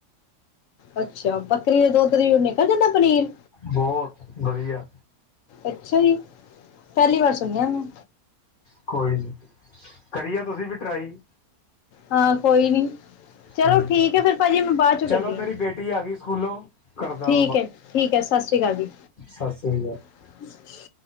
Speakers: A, on the left; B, on the left.
A: ਅੱਛਾ, ਬੱਕਰੀ ਦੇ ਦੁੱਧ ਦੀ ਉਹ ਨਿਕਲ ਜਾਂਦਾ ਪਨੀਰ?
B: ਬੋਹਤ ਵਧੀਆ।
A: ਅੱਛਾ ਜੀ, ਪੇਹਲੀ ਵਾਰ ਸੁਣੇਆ ਮੈਂ।
B: ਕੋਈ ਨੀ, ਕਰੀ ਏ ਤੁਸੀਂ ਵੀ ਟਰਾਈ?
A: ਹਾਂ ਕੋਈ ਨੀ। ਚਲੋ
B: ਹਾਂ
A: ਠੀਕ ਹੈ, ਫੇਰ ਭਾਜੀ ਮੈਂ ਬਾਅਦ ਚ
B: ਚਲੋ
A: ਕਰਦੀ
B: ਮੇਰੀ
A: ਆ,
B: ਬੇਟੀ ਆ ਗਈ ਸਕੂਲੋਂ ਕਰਦਾ
A: ਠੀਕ ਏ। ਠੀਕ ਏ, ਸਸ ਸ਼੍ਰੀ ਕਾਲ ਜੀ।
B: ਸਸ ਸ੍ਰੀ ਕਾਲ।
A: <inaudible>